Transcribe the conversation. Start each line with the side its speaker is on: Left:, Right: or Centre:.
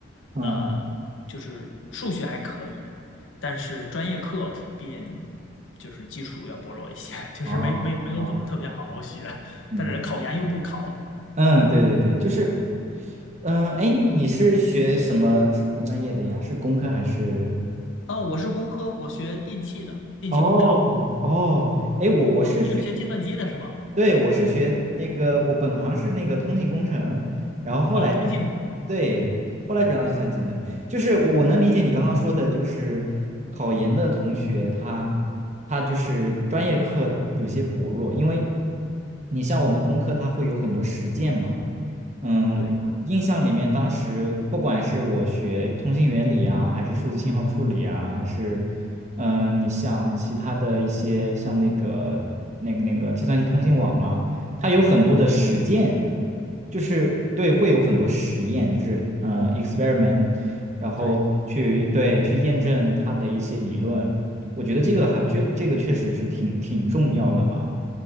Right: 嗯
Left: 呃，就是数学还可以，但是专业课普遍就是基础要薄弱一些，<laughs> 就是没没没有怎么特别好好学，
Right: 哦哦。嗯
Left: 但是考研又不考。
Right: 嗯，对对对，就是，嗯，哎，你是学什么什么专业的呀？是工科还是？
Left: 啊，我是工科，我学电气的，电气工程。
Right: 哦哦，哎，我我是学，
Left: 啊、你是学计算机的是吗？
Right: 对，我是学那个，我本行是那个通信工程，然后后来，
Left: 哦，通信工程，
Right: 对，后来转到计算机的，就是我能理解你刚刚说的，就是考研的同学他他就是专业课有些薄弱，因为你像我们工科，它会有很多实践嘛。嗯，
Left: 对
Right: 我印象里面，当时不管是我学通信原理啊，还是数字信号处理啊，还是，嗯、你像其他的一些像那个那个那个计算机通信网啊，它有很多的实践，就是对，会有很多实验，就是嗯 experiment，然后去对去验证它的一些理论。
Left: 对，
Right: 我觉得这个还这这个确实是挺挺重要的吧，